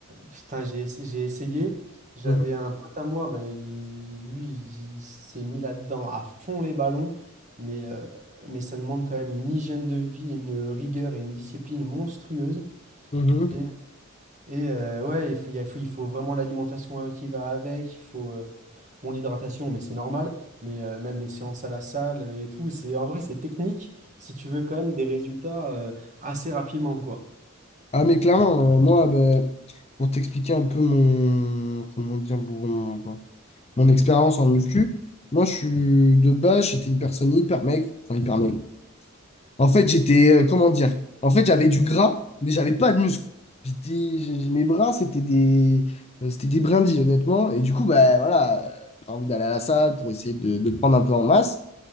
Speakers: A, on the right; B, on the left.
A: putain, j'ai, ess- j'ai essayé. J'avais
B: Mhm.
A: un pote à moi, bah, il- lui, il, il s'est mis là-dedans à fond les ballons, mais, euh, mais ça demande quand même une hygiène de vie, une rigueur et une discipline monstrueuse.
B: Mhm. Mhm.
A: Et, et, euh, ouais, il faut, il y a- faut- il faut vraiment l'alimentation hein, qui va avec, il faut euh, bon, l'hydratation, mais c'est normal, mais euh, même les séances à la salle euh, et tout, c'est, en vrai, c'est technique si tu veux quand même des résultats euh, assez rapidement, quoi.
B: Ah mais clairement, euh, moi, ben, pour t'expliquer un peu mon, comment dire, mon, mon expérience en muscu, moi je suis de base, j'étais une personne hyper maigre, enfin hyper maigre. En fait, j'étais, euh, comment dire, en fait j'avais du gras, mais j'avais pas de muscles. J'étais, j'ai- mes bras, c'était des, euh, c'était des brindilles, honnêtement. Et du coup, ben voilà, euh, t'as envie d'aller à la salle pour essayer de, de prendre un peu en masse.